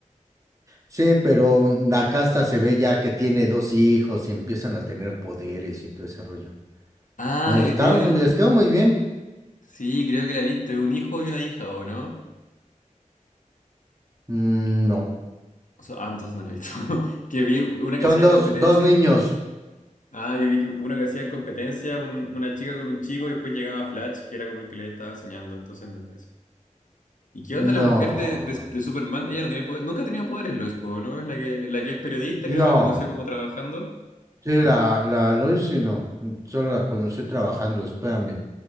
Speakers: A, on the right (about 25°); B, on the left (about 70°).
A: Sí, pero la casta se ve ya que tiene dos hijos y empiezan a tener poderes y todo ese rollo.
B: Ah,
A: Está-
B: eh, eh,
A: les quedó muy bien.
B: sí, creo que la he visto, es un hijo y una hija, ¿o no?
A: Mm, No.
B: O sea, ah, entonces no lo he visto. <laughs> Que vi una que
A: Son
B: hacía
A: dos,
B: competencia.
A: dos niños.
B: Ah, yo vi que uno que hacía en competencia, un- una chica con un chico y después llegaba Flash, que era como el que le estaba enseñando, entonces no era eso. ¿Y qué
A: No,
B: onda la mujer de, de- de Superman? Ella no tiene poder, nunca ha tenido poderes, Lois Poe, ¿no? Es la que, la que es periodista,
A: no.
B: creo que la conoció como trabajando.
A: Sí, la, la Loisi no, mm, solo la conocí trabajando, espérame.